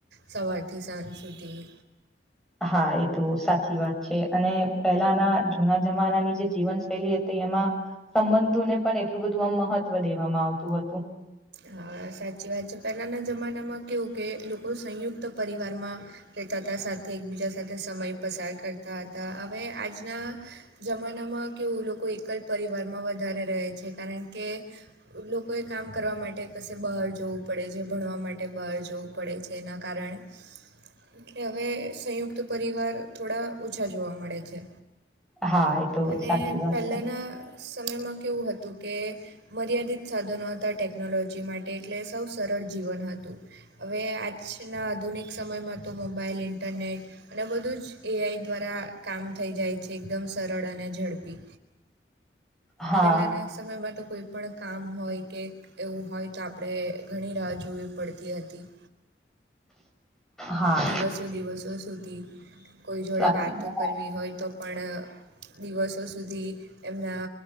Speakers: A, on the right; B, in the centre.
A: સવારથી સાંજ સુધી.
B: હા એ તો સાચી વાત છે અને પહેલાના જૂના જમાનાની જે જીવનશૈલી હતી એમાં સંબંધોને પણ એટલું બધું આમ મહત્વ દેવામાં આવતું હતું.
A: હ સાચી વાત છે પહેલાંના જમાનામાં કેવું કે લોકો સંયુક્ત પરિવારમાં કે રેતા સાથે એકબીજા સાથે સમય પસાર કરતા હતા હવે આજના જમાનામાં કેવું લોકો એકલ પરિવારમાં વધારે રહે છે કારણ કે લોકો કોઈ કામ કરવા માટે કશે બહાર જવું પડે છે ભણવા માટે બહાર જવું પડે છે એના કારણે એટલે હવે સંયુક્ત પરિવાર થોડા ઓછા જોવા મળે છે.
B: હા, એ તો
A: અને
B: સાચી વાત
A: પહેલાના
B: છે.
A: સમયમાં કેવું હતું કે મર્યાદિત સાધનો હતા ટેકનોલોજી માટે એટલે સૌ સરળ જીવન હતું. હવે આજના આધુનિક સમયમાં તો મોબાઈલ ઇન્ટરનેટ અને બધું જ એઆઈ દ્વારા કામ થઈ જાય છે એકદમ સરળ અને ઝડપી.
B: હા,
A: પહેલાના સમયમાં તો. કોઈ પણ કામ હોય કે એવું હોય તો આપણે ઘણી રાહ જોવી પડતી હતી
B: હા.
A: દિવસો દિવસો સુધી કોઈ જોડે
B: સાચી
A: વાતો
B: વાત.
A: કરવી હોય તો પણ દિવસો સુધી એમના